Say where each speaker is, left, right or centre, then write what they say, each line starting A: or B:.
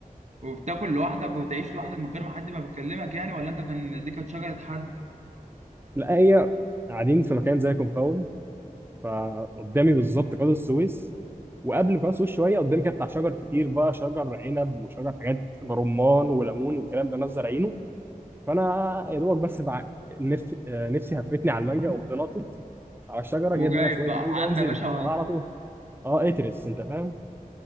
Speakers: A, on the right; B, on the right.
A: وبتاكل لوحدك وتعيش لوحدك من غير ما حد ما بيكلمك يعني ولا انت كان دي كانت شجره حد
B: لا هي قاعدين في مكان زي كومباوند فقدامي بالظبط قناة السويس وقبل قناة السويس شوية قدامي كده بتاع شجر كتير بقى شجر عنب وشجر حاجات رمان وليمون والكلام ده ناس زارعينه فأنا يا دوبك بس بع... نف... آه، نفسي هفتني على المانجا قمت ناطط على الشجرة جايب
A: وجايب
B: منها شوية
A: بقى
B: مانجا
A: عبى
B: ونزلت
A: يا باشا
B: أنا على طول اه اترس انت فاهم